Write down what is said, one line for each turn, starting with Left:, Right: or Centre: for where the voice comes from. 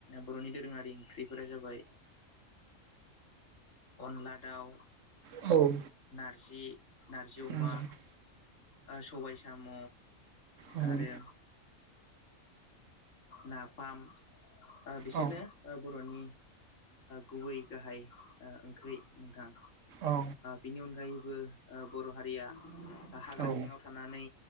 Left: बर'नि दोरोङारि ओंख्रिफोरा जाबाय अनला दाउ
Right: औ
Left: जि नारजि अमा
Right: उम
Left: ओ सबाय सो साम'
Right: उम
Left: आरो नाफाम बिसोरनो
Right: औ
Left: बर'नि गुबै गाहाय ओंख्रि नोंथां।
Right: औ
Left: बिनि अनगायैबो बर' हारिया हाग्रा
Right: औ
Left: सिङाव थानानै